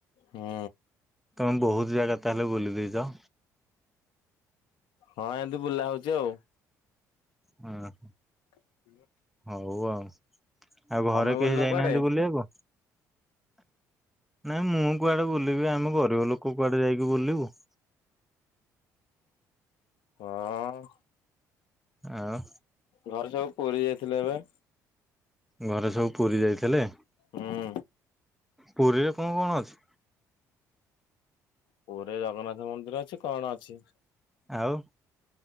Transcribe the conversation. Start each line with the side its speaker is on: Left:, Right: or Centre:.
Left: ହୁଁ।
Centre: ତୁମେ ବହୁତ ଜାଗା ତାହେଲେ ବୁଲି ଦେଇଚ?
Left: ହଁ ଏମିତି ବୁଲା ହଉଛି ଆଉ।
Centre: <unintelligible>
Left: <unintelligible>
Centre: ହଉ ଆଉ। ଆଉ
Left: ତମେ
Centre: ଘରେ
Left: ବୁଲିନ
Centre: କେହି ଯାଇନାହାନ୍ତି
Left: କୁଆଡେ?
Centre: ବୁଲି ଆକୁ? ନାଇଁ ମୁଁ କୁଆଡେ ବୁଲିବି ଆମ ଗରିବ ଲୋକ କୁଆଡେ ଯାଇକି ବୁଲିବୁ।
Left: କଁ
Centre: ଆଉ
Left: ଘରେ ସବୁ ପୁୁରୀ ଯାଇଥିଲେ ଏବେ।
Centre: ଘରେ ସବୁ ପୁରୀ ଯାଇଥେଲେ
Left: ହୁଁ
Centre: ପୁରୀରେ କଣ କଣ ଅଛି?
Left: ପୁରୀରେ ଜଗନ୍ନାଥ ମନ୍ଦିର ଅଛି, କଣ ଅଛି?
Centre: ଆଉ